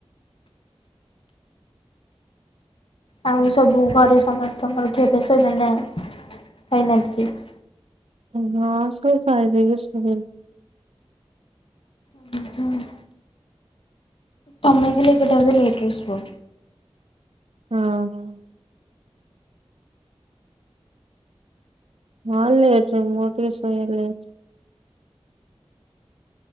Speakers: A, on the left; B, on the right.
A: ଆଉ ସବୁ ଘରେ ସମସ୍ତଙ୍କର ଖିଆ ପିଆ ସଇଲାଣି ନା? ଖାଇନାହାନ୍ତି କେହି।
B: ହଁ ସବୁ ଖାଇପିଇକି ଶୋଇଲେଣି।
A: ଉଁ ହୁଁ। ତମେ ଖାଲି ଏକୁଟିଆ ବୋଧେ ଲେଟ୍ ରେ ସୁଅ?
B: ହଁ ହଁ। ହଁ ଲେଟ୍ ରେ ମୋର ଟିକେ ସୋଇବା ଲେଟ୍।